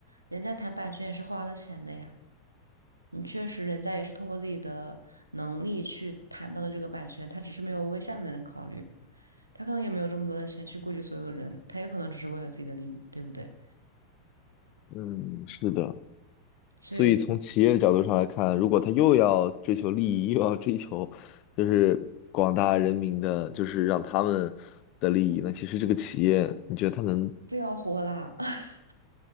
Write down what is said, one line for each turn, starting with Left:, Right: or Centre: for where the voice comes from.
Right: 人家谈版权也是花了钱的呀。嗯，确实，人家也是通过自己的能力去谈到的这个版权，他只是没有为下面的人考虑，他可能也没有这么多的钱去顾及所有的人，他有可能只是为了自己的利益，对不对？
Left: 嗯，是的。
Right: 所以
Left: 所以从企业的角度上来看，如果他又要追求利益，又要追求就是广大人民的，就是让他们的利益，那其实这个企业，你觉得他能
Right: 不要活啦，<laughs>